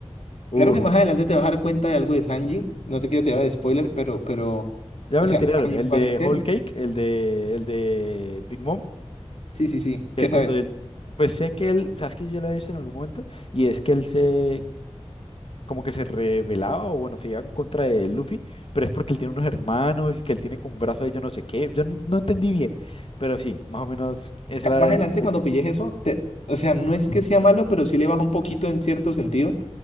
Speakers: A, on the left; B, on the left.
A: Uh,
B: Claro que más adelante te vas a dar cuenta de algo de Sanji. No te quiero tirar de spoiler, pero, pero,
A: ya
B: o
A: me
B: sea,
A: lo tiraron.
B: a mi
A: El
B: parecer,
A: de Whole Cake, el de, el de Big Mom.
B: sí, sí, sí.
A: que
B: ¿Qué
A: es
B: sabes?
A: cuando él,
B: O
A: pues sé que él, sabes que yo lo he visto en algún momento, y es que él se, como que se rebelaba, o bueno, se iba en contra de Luffy, pero es porque él tiene unos hermanos y que él tiene con un brazo de yo no sé qué, yo no, no entendí bien, pero sí, más o menos es la...
B: Más adelante
A: es-
B: cuando pilles eso, te, o sea, no es que sea malo, pero sí le baja un poquito en cierto sentido,